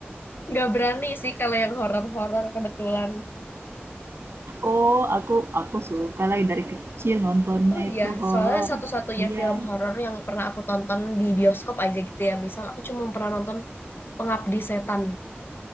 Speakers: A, on the left (about 60°); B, on the right (about 75°).
A: nggak berani sih kalau yang horor-horor kebetulan.
B: Oh aku aku suka lagi dari kecil nontonnya
A: Oh iya,
B: itu horor.
A: soalnya satu-satunya
B: Iya
A: film horor yang pernah aku tonton di bioskop aja gitu ya. Misal aku cuma pernah nonton Pengabdi Setan.